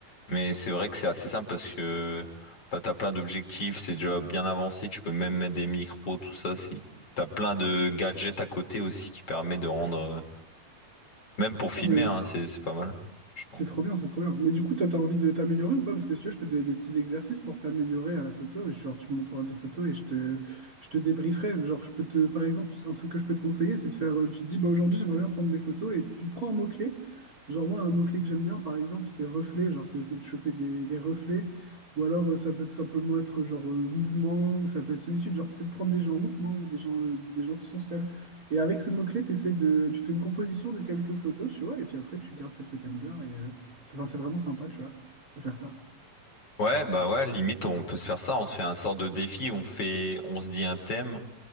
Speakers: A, on the left; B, on the right.
A: Mais c'est vrai que c'est assez simple parce que bah, t'as plein d'objectifs, c'est déjà bien avancé, tu peux même mettre des micros, tout ça. Si... T'as plein de gadgets à côté aussi qui permet de rendre, euh, même pour filmer,
B: Ah, mais
A: hein, c'est c'est pas mal, franchement.
B: C'est trop bien, c'est trop bien. Mais du coup, toi, t'as envie de t'améliorer ou pas? Parce que si tu veux, je peux te donner des petits exercices pour t'améliorer à la photo. Et genre, tu me montreras tes photos et je te, je te débrieferai. Genre, je peux te, par exemple, un truc que je peux te conseiller, c'est de faire. euh, Tu te dis, bah aujourd'hui, j'aimerais bien prendre des photos et tu te prends un mot-clé. Genre, moi, un mot-clé que j'aime bien, par exemple, c'est reflet. Genre, c'est essayer de choper des, des reflets. Ou alors, euh, ça peut tout simplement être genre euh, mouvement, ou ça peut être solitude. Genre, tu essaies de prendre des gens en mouvement ou des gens, euh, des gens qui sont seuls. Et avec ce mot-clé, t'essayes de... tu te fais une composition de quelques photos, tu vois, et puis après, tu gardes celles que t'aimes bien. Et... euh, C'est enfin, c'est vraiment sympa, tu vois, de faire ça.
A: Ouais, bah ouais, limite on peut se faire ça, on se fait un sort de défi, on fait, on se dit un thème,